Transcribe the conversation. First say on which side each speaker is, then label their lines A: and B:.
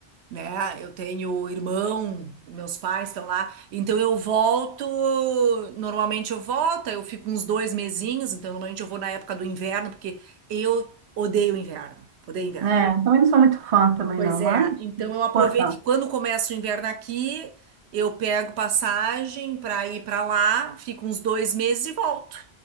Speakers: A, on the right (about 80°); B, on the right (about 45°).
A: né? Eu tenho irmão, meus pais estão lá. Então eu volto, normalmente eu volto, eu fico uns dois mesinhos, então normalmente eu vou na época do inverno, porque eu odeio inverno. Odeio inverno.
B: É, também não sou muito fã também,
A: Pois
B: não, mas
A: é, então eu
B: suportar
A: aproveito que quando começa o inverno aqui, eu pego passagem para ir para lá, fico uns dois meses e volto.